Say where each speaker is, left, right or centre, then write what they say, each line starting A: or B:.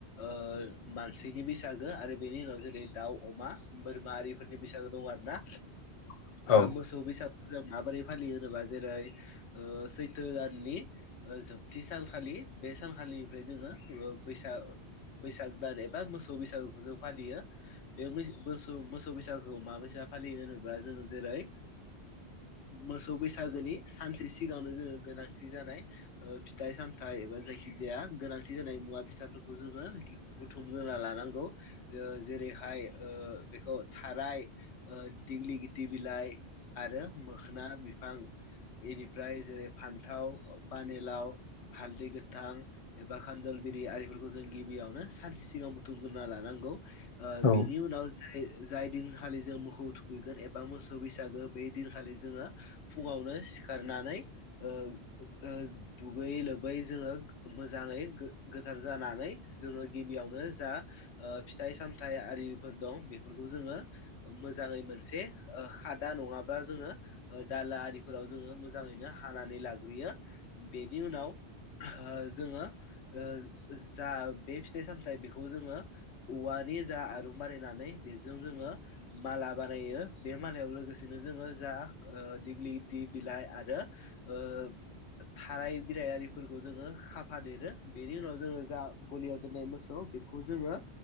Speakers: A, on the left; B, on the left.
A: ओ मानसिनि बैसागो आरो बेनि उनाव जेरै दाउ अमा बोरमा आरिफोरनि बैसागो दं आरो ना
B: <inaudible> औ
A: ओम मोसौ बैसागु जों माबोरै फालियो होनोब्ला जेरै सैथो दाननि ओ जोबथि सानखालि बे सानखालिनिफ्राय जोङो ओ बैसाग बैसाग दान एबा मोसौ बैसागुखौ जों फालियो। बे मैसो मोसौ बैसागुखौ माबायसे फालियो होनोब्ला जोङो जेरै मोसौ बैसागोनि सानसे सिगांआवनो जोङो गोनांथि जानाय फिथाइ सामथायाइ एबा जायखि जाया गोनांथि जानाय मुवा बेसादफोरखौ जोङो बुथुमग्रोना लानांगौ ओ जेरैहाय ओ बेखौ थाराइ दिग्लि गिथि बिलाइ आरो मोख्ना बिफां बेनिफ्राय जेरै फान्थाव पानिलाव हालदै गोथां एबा खान्दल बिरिफोरखौ जों गिबियावनो सानसे सिगांव बुथुमग्रोना लानांगौ। ओ
B: औ
A: बिनि उनाव जाय-जाय दिनखालि जों मोखौ थुखैगोन एबा मोसौ बैसागो बे दिनखालि जोङो फुङावनो सिखारनानै ओ ओ दुगैयै लोबै जोङो मोजाङै गो गोथार जानानै जोङो गिबियावनो जा ओ फिथाइ सामथाइ आरिफोर दं बेफोरखौ जोङो मोजाङै मोनसे खादा नङाबा बा जोङो दाला आरिफोराव जोङो मोजाङैनो हानानै लाग्रोयो बेनि उनाव हो जोङो ओ जा बे फिथाइ सामथायाइ बेखौ जोङो औवानि जा आरुं बानायनानै बेजों जोङो माला बानायो बे मालायावनो लोगोसेनो जोङो जा ओ दिगलि गथि बिलाइ आरो ओ थाराय बिरायारिफोरखौ जोङो खाफा देरो बेनि उनाव जोङो जा गलियाव दोननाय मोसौ बे खौ जोङो